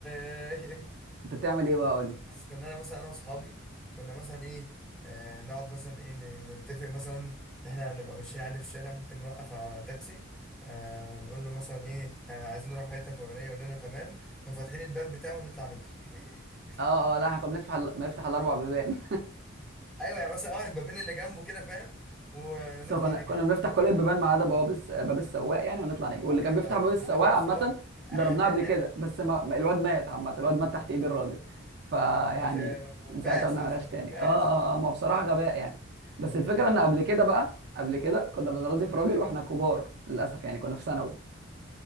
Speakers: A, in the centre; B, on the right.
A: <laughs>
B: كنت بتعمل ايه بقى قول لي
A: بس كنا انا مثلا انا واصحابي كنا مثلا ايه آه نقعد مثلا ايه ن- نتفق مثلا ان احنا هنبقى ماشيين عادي في الشارع ممكن نوقف على تاكسي آه نقول له مثلا ايه آه عايزين نروح حته فلانيه يقول لنا تمام نقوم فاتحين الباب بتاعه ونطلع نجري <laughs>
B: اه اه لا احنا كنا بنفتح ال- ما يفتح الاربع بيبان
A: ايوه يعني مثلا اه البابين اللي جنبه كده فاهم ونطلع
B: <laughs> بس كنا
A: نجري
B: كنا بنفتح كل البيبان ما عدا بواب الس... باب السواق يعني ونطلع نجري
A: ما
B: واللي
A: حرفيا
B: كان بيفتح
A: ده لو
B: باب
A: فتحنا
B: السواق
A: باب
B: عامه
A: السواق <laughs>
B: جربناها قبل كده بس ما... ما- الواد مات عامه الواد مات تحت ايد الراجل فيعني
A: هو مش هي- ما
B: من ساعتها
A: فيهاش
B: ما بنعملهاش
A: يا اسطى
B: تاني
A: ما فيهاش
B: اه اه آه، ما هو بصراحه غباء يعني بس الفكره ان قبل كده بقى قبل كده كنا بنرازي في راجل واحنا كبار للاسف يعني كنا في ثانوي